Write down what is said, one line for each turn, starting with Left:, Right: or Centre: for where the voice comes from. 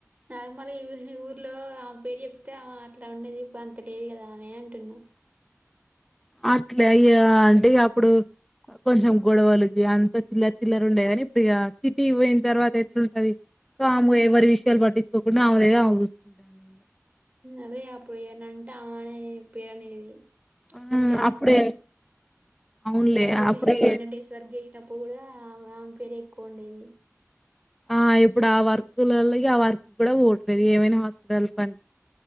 Right: నాగమళ ఊర్లో ఆమె పేరు చెప్తే ఆమె అట్లా ఉండేది అంత లేదు కదా ఆవె అంటున్నా
Centre: అట్లే అయ్యా అంటేక అప్పుడు కొంచెం గొడవలుకి అంత చిల్లరి చిల్లర ఉండే గని ఇప్పుడు ఇక సిటీ పోయిన తర్వాత ఎట్లాంటంది ఇ ఆము ఎవరి విషయాలు పట్టించుకోకుండా ఆమె దగ్గర ఆమె చూసుకుంటా ఇ
Right: అదే అప్పుడు ఏరనంటే ఆనే పేరు అనేది
Centre: ఆ
Right: ఇంకా
Centre: అప్పుడే అవునులే
Right: అదంటా
Centre: అప్పుడే
Right: చూసినాం హండ్రెడ్ డేస్ వర్క్ చేశ్నప్పుడు కూడా పెరెక్కు వుండేది
Centre: ఆ ఇప్పుడు ఆ వర్కులల్ల ఇగ ఆ వర్క్ కూడా వోట్లేదు ఏమైనా హాస్పిటల్ కనె